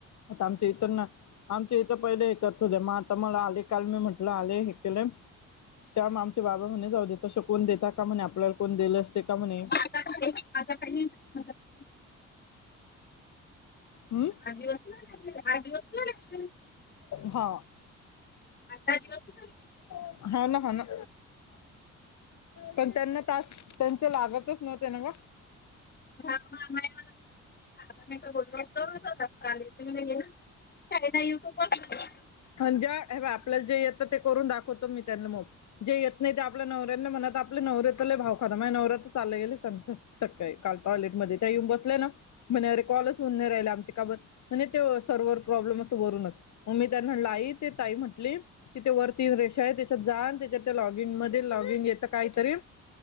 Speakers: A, on the left (about 65°); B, on the left (about 35°).
A: आता आमच्या इथं ना. आमच्या इथं पहिले हे करत होते, मग आता मला आले काल मी म्हट आले हे केलं. त्यामुळे आमचे बाबा म्हणे जाऊ दे तसं कोण देताात का म्हणे आपल्याला कोण दिल असते का म्हणे.
B: <inaudible>
A: हम!
B: आट दिवस होऊ <inaudible>
A: हा!
B: आता दिवस
A: हो ना, हो ना पण त्यांना टास्क त्यांच लागतच नव्हते ना मग
B: ह <unintelligible> मला <inaudible> <unintelligible> <unintelligible>
A: <inaudible> ह आपल्याला जे येतं ते करून दाखवतो मी त्यांना मग. जे येत नाही ते आपल्या नवऱ्याना म्हणत आपले नवरऱ्यातले भाव खा म्हजे नवर्यात्र चालले गेले स. सकाळी काल टॉयलेटमध्ये त्या येऊन बसलेय ना. म्हणे अरे कॉलच होऊन नाही राहिला आमचे का बरं म्हणजे ते सर्व्हर प्रॉब्लेम अस भरूनच मग मी. त्यांना लाई ते ताई म्हटली. तिथ वरती रेषा आहे त्याच्यात जा न त्याच्यात त्या लॉगिंग मध्ये लॉगिंग येतं काहीतरी